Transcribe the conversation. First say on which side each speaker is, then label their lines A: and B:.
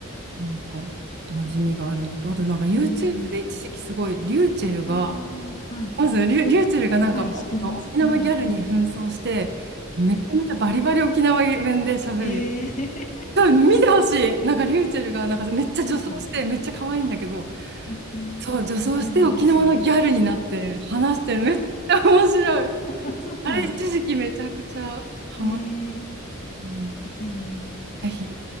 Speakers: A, on the right (about 50°); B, on the left (about 35°).
A: なんか馴染みがあるのと、あとなんか YouTube
B: うん。
A: で一時期すごい、リューチェルが
B: ああ、はい。
A: まず、リュ、リューチェルがなんかお沖縄ギャルに扮装して、
B: はい、してます。うん。
A: めちゃめちゃバリバリ沖縄弁で喋る。
B: ええ
A: 多分見てほしい。なんかリューチェルがなんかめっちゃ女装して、
B: <laughs> うん。
A: めっちゃ可愛いんだけど、
B: ええ
A: そう、女装して沖縄のギャルになって話してる。
B: 見てみます。
A: めっちゃ面白い。
B: <laughs> あ、そうなんだ。
A: あれ、一時期めちゃくちゃハマる。
B: <laughs> えー、
A: うん
B: 見てみよう。
A: ぜひ、
B: うん